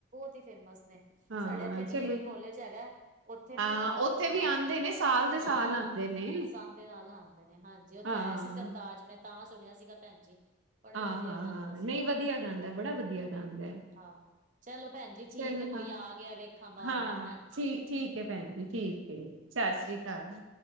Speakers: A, on the right (about 40°); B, on the right (about 75°).
A: ਤੇ ਫੇਮਸ ਨੇ
B: ਹਾਂ
A: ਸਾਡੇ ਏੱਥੇ ਡੀ
B: ਚਲੋ
A: ਏ ਵੀ ਕੋਲੇਜ ਹੈਗਾ ਉੱਥੇ ਨਾ
B: ਹਾਂ ਉੱਥੇ ਵੀ
A: ਹਾਂਜੀ
B: ਆਂਦੇ ਨੇ ਸਾਲ ਦੇ ਸਾਲ
A: ਹਾਂ
B: ਆਂਦੇ
A: <unintelligible>
B: ਨੇ
A: ਅਲ ਆਂਦੇ ਨੇ ਹਾਂਜੀ ਉੱਥੇ
B: ਹਾਂ।
A: ਆਇਆ ਸੀ ਸਰਤਾਜ ਮੈ ਤਾਂ ਸੁਣਿਆ ਸੀਗਾ ਭੈਣ ਜੀ ਬੜਾ
B: ਹਾਂ
A: ਹੀ ਵਧੀਆ
B: ਹਾਂ
A: ਗਾਉਂਦਾ
B: ਹਾਂ
A: ਸੀ
B: ਨਹੀਂ ਵਧੀਆ ਗਾਂਦਾ ਬੜਾ ਵਧੀਆ ਗਾਂਦਾ
A: ਹਾਂ ਚਲੋ ਭੈਣ ਜੀ
B: ਚਲੋ
A: ਠੀਕ ਹੈ ਕੋਈ
B: ਹਾਂ
A: ਆ ਗਿਆ ਵੇਖਾਂ ਬਾਹਰ
B: ਹਾਂ
A: ਮੈਂ ਹਾਂਜੀ
B: ਠੀ ਠੀਕ ਹੈ ਭੈਣ ਜੀ ਠੀਕ ਠੀਕ ਸਤਿ ਸੀ੍ ਅਕਾਲ